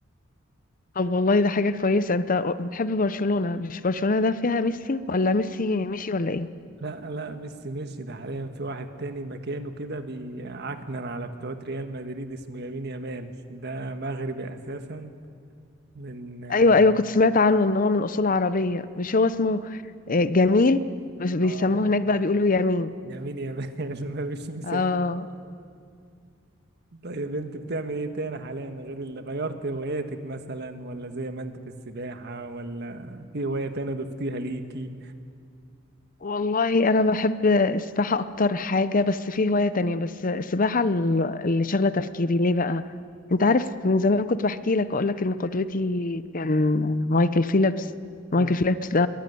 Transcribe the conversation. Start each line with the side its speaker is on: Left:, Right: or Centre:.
Left: طب والله ده حاجه كويسه انت بتحب برشلونه مش برشلونه ده فيها ميسي ولا ميسي مشي ولا ايه
Right: لا لا ميسي مشي ده حاليا في واحد تاني مكانه كده بيعكنن على بتوع ريال مدريد اسمه يمين يامال ده مغربي أساسا من
Left: ايوه ايوه كنت سمعت عنه ان هو من اصول عربيه مش هو اسمه آه، جميل بس بيسموه
Right: آه،
Left: هناك بقى بيقولوا يمين
Right: يمين يامال <laughs> ملوش مثال
Left: اه
Right: طيب انت بتعمل ايه تاني حاليا غير اللي غيرت هواياتك مثلا ولا زي ما انت في السباحة ولا في هواية تانية ضفتيها ليكي
Left: والله انا بحب السباحه اكتر حاجه بس في هوايه تانية بس السباحه ال- اللي شغله تفكيري ليه بقى انت عارف من زمان كنت بحكي لك اقول لك ان قدوتي كان مايكل فيليبس
Right: مم.
Left: مايكل فيليبس ده